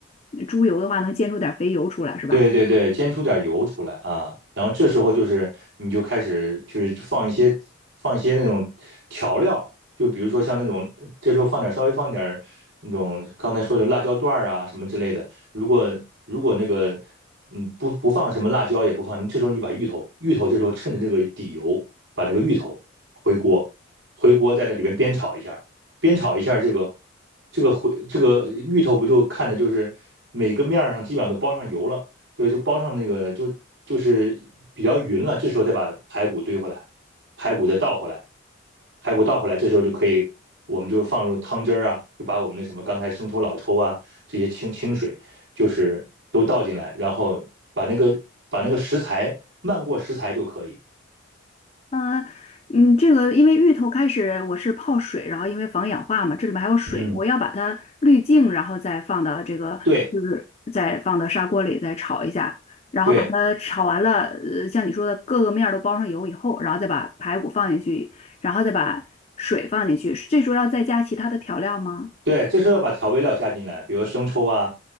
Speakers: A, on the left (about 30°); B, on the right (about 65°).
A: 呃猪油的话，能煎出点儿肥油出来是吧？
B: 对对对，煎出点油出来啊，然后这时候就是你就开始就是放一些放一些那种调料，就比如说像那种这时候放点稍微放点儿那种刚才说的辣椒段儿啊什么之类的。如果如果那个嗯不不放什么辣椒也不放，这时候你把芋头芋头这时候趁着这个底油把那个芋头回锅回锅在这里边煸炒一下，煸炒一下这个这个回这个芋头不就看的就是每个面儿上基本上都包上油了。对，就包上那个就就是比较匀了，这时候再把排骨堆回来，排骨再倒回来，排骨倒回来，这时候就可以，我们就放入汤汁儿啊，就把我们那什么刚才生抽、老抽啊这些清清水，就是都倒进来，然后把那个把那个食材漫过食材就可以。
A: 啊，嗯，这个因为芋头开始我是泡水，然后因为防氧化嘛，这里面还有水，
B: 嗯，
A: 我要把它滤净，然后再放到这个，
B: 对
A: 就是再放到砂锅里再炒一下，然后把它炒完了，
B: 对。
A: 呃，像你说的各个面儿都包上油以后，然后再把排骨放进去，然后再把水放进去，这时候要再加其他的调料吗？
B: 对，这时候要把调味料加进来，比如生抽啊、